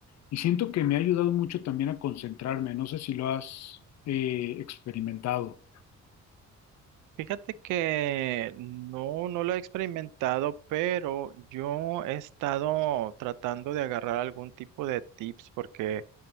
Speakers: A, on the left; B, on the right.
A: Y siento que me ha ayudado mucho también a concentrarme. No sé si lo has eh, experimentado.
B: Fíjate que no, no lo he experimentado, pero yo he estado tratando de agarrar algún tipo de tips porque